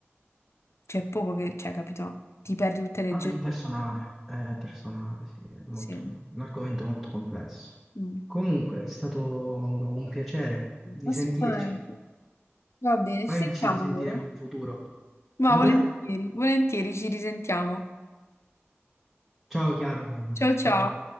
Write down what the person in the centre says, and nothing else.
Vabbè,
è personale, è personale, sì, è molto,
un argomento molto complesso.
Comunque, è stato un piacere di
sentirci.
Poi
ci risentiremo
in futuro.
Come?
Ciao Chiara,
ciao.